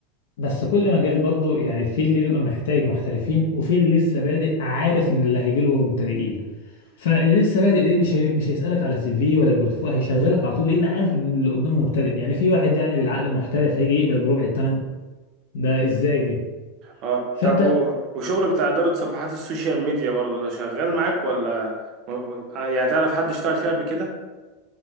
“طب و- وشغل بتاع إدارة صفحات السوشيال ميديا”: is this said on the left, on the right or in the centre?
Right